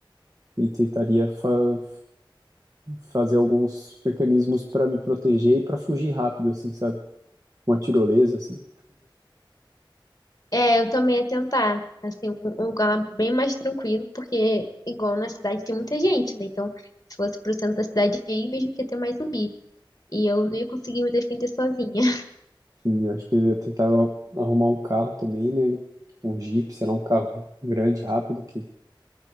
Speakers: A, on the right; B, on the left.
A: e tentaria fa- fazer alguns mecanismos pra me proteger e pra fugir rápido, assim, sabe? Uma tirolesa, assim.
B: É, eu também ia tentar, assim, um um lugar bem mais tranquilo, porque igual na cidade tem muita gente, né? Então, se fosse pro centro da cidade aí, mesmo que ia ter mais zumbi. E eu não ia conseguir me defender sozinha. <laughs>
A: E eu acho que eu ia tentar arrumar um carro também, né? Um Jeep, sei lá, um carro grande, rápido, que